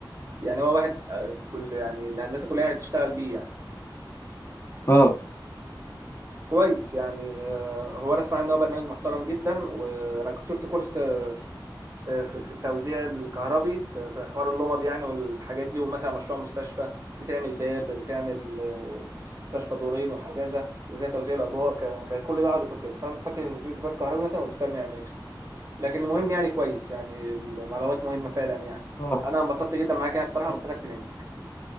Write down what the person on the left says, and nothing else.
اه
اه
اه